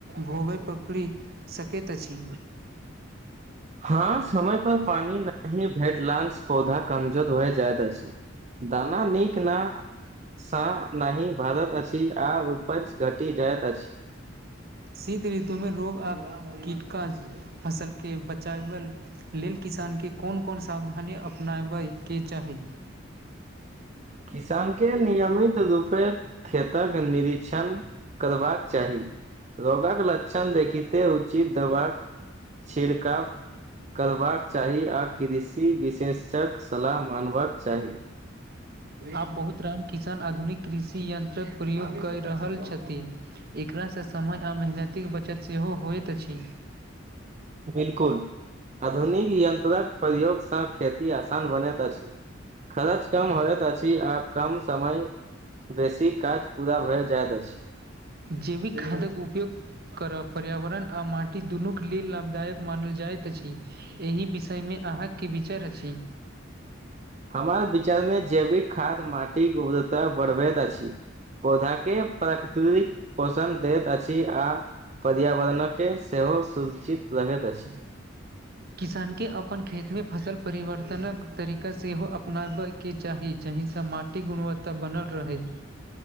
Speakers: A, on the right; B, on the right.
A: भोगे पकड़ी सकैत अछि
B: हँ समय पर पानी नहि भेट लऽ पौधा कमजोर भए जायइत अछि दाना नीक नऽ सा नहि भारत अछि आ उपज घटि जाइत अछि
A: शीत ऋतुमे रोग आ कीटकाश फसलके बचाबल लेल किसानकेँ कोन कोन सावधानी अपनाबयके चाही
B: किसान के नियमित रूपे खेतक निकर्षण करबाक चाही रोगक लक्षण देखिते उचित दबाक छिड़काव करबाक चाही आ कृषि विशेष कऽ सलाह मानबाक चाही
A: आब बहुत राम किसान आधुनिक कृषि यन्त्रक प्रयोग कर रहल छथिन एकरासँ समय आ मेहनतिक बचत सेहो होइत अछि
B: बिलकुल आधुनिक यन्त्रक प्रयोगसँ खेती आसान बनैत अछि खर्च कम होयइत अछि आ कम समय <inaudible> बेसी काज पूरा भैऽ जायइत अछि
A: जैविक खादक उपयोग करब पर्यावरण आ माटी दुनू केँ लेल लाभदायक मानल जाइत अछि एहि विषय में अहाँ की विचार अछि
B: हमर विचार में जैविक खाद्य माटिक उबजता बढ़बैत अछि पौधा केँ प्राकृतिक पोषण दैत अछि आ पर्यावरणकेँ सेहो सूचित रहैत अछि
A: किसानकेँ अपन खेतमे फसल परिवर्तनक तरीका सेहो अपनाबै केँ चाही जाहिसँ माट टी गुणवत्ता बनल रहै